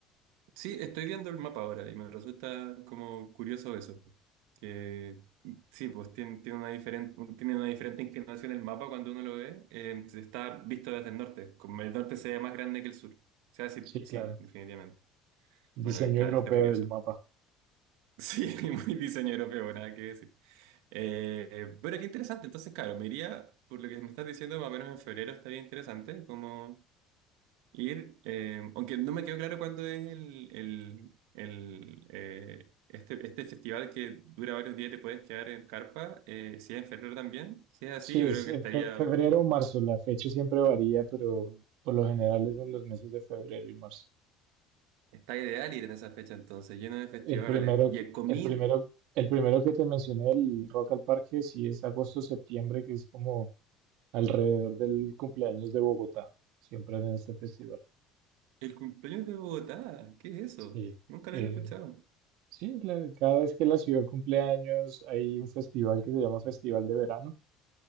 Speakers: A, on the right; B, on the right.
A: Sí, estoy viendo el mapa ahora y me resulta como curioso eso. Que sí, pues tiene, tiene una diferente, tiene una diferente inclinación el mapa cuando uno lo ve. eh, si está visto desde el norte. Como el norte se ve más grande que el sur. O sea, sí,
B: Sí,
A: sí,
B: claro.
A: definitivamente. Bueno,
B: Diseño
A: está,
B: europeo
A: está curioso.
B: del mapa.
A: <laughs> Sí, muy diseño europeo, nada que decir. Eh, bueno, qué interesante. Entonces, claro, me iría, por lo que me estás diciendo, más o menos en febrero estaría interesante, como Ir, eh, aunque no me quedó claro cuándo es el, el, el, eh, este, este festival que dura varios días, te puedes quedar en carpa, eh, si es en febrero también. Si es así,
B: Sí,
A: yo
B: es
A: creo que
B: en
A: estaría,
B: fe- febrero o marzo. La fecha siempre varía, pero por lo general es en los meses de febrero y marzo.
A: está ideal ir en esa fecha entonces, lleno de festivales.
B: El primero
A: Y
B: que,
A: el comida
B: el primero, el primero que te mencioné, el Rock al Parque, sí es agosto-septiembre, que es como alrededor del cumpleaños de Bogotá, siempre en este festival.
A: el cumpleaños de Bogotá, ¿qué es eso?
B: Sí,
A: Nunca
B: eh,
A: lo había escuchado.
B: sí, la- cada vez que la ciudad cumple años hay un festival que se llama Festival de Verano,